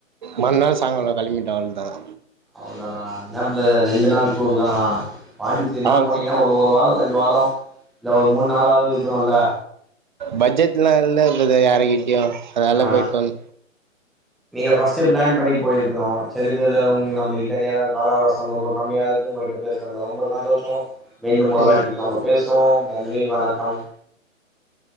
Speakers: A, on the right (about 35°); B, in the centre.
A: மறுநாள் சாயங்கலம் கிளமிட்டோம் அவள்தான்
B: அவ்ளதானா என்ன ப்ளேரே ரெண்டு நாள் டூர் தானா பாண்டிசேரிலாம்
A: அவ்ளோதா
B: போனீங்கன்னா ஒரு ஒரு வாரம் இந்தவாரம் இல்ல ஒரு மூணு நாளாவது இருக்கணும் இல்ல
A: பட்ஜெட்லாம் இல்லை பிரதர் யார்கிட் யும் அதால
B: ஆ
A: போயிட்டோம்
B: நீங்க ஃப்ஸ்ட் பிளான் பண்ணி போயிருக்கணும் சரி பிரதர் உ நம்மக்கிட்ட நேரம் காலாவகாசம் ரொம்ப கம்மியா இருக்கு உங்ககிட்ட பேசுறதுல ரொம்ப சந்தோஷம் மீண்டும் ஒரு வாட்டி
A: ம்
B: நம்ம பேசு தோம் நன்றி வணக்கம்